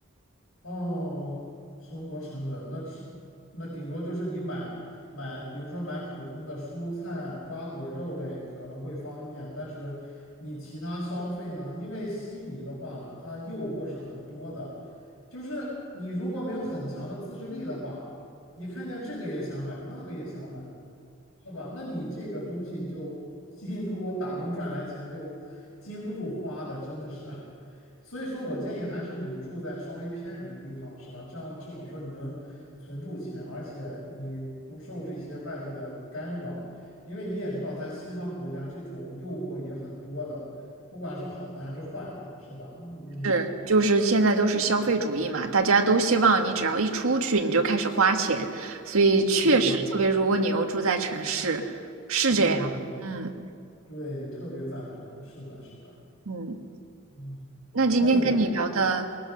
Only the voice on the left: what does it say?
哦，生活成本那只那顶多就是你买买，比如说买普通的蔬菜啊、瓜果、肉类可能会方便，但是你其他消费呢？因为悉尼的话呢，它诱惑是很多的，就是你如果没有很强的自制力的话，你看见这个也想买，那个也想买，是吧？那你这个东西就辛苦我打工赚来钱就经不住花的，真的是。所以说我建议还是你住在稍微偏远的地方，是吧？这样至少说你能存住钱，而且你不受这些外界的干扰，因为你也知道，在西方国家这种诱惑也很多的，不管是好的还是坏的，是吧？嗯，
对，
嗯，
对，特别赞同，是的，是的，
嗯，
那我们